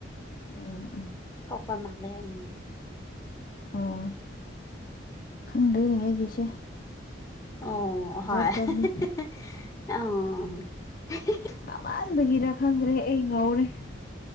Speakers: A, on the left; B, on the left.
A: ꯎꯝ ꯎꯝ
B: ꯊꯣꯛꯄ ꯃꯥꯜꯂꯦꯝ
A: ꯑꯥ ꯈꯪꯗ꯭ꯔꯦꯅꯦ ꯑꯩꯒꯤꯁꯦ
B: ꯑꯣ
A: ꯖꯥꯠ ꯖꯥꯠꯅꯤ
B: ꯍꯣꯢ <unintelligible>
A: ꯁꯃꯥꯟꯕꯒꯤꯔ ꯈꯪꯗ꯭ꯔꯦ ꯑꯩ ꯉꯧꯔꯦ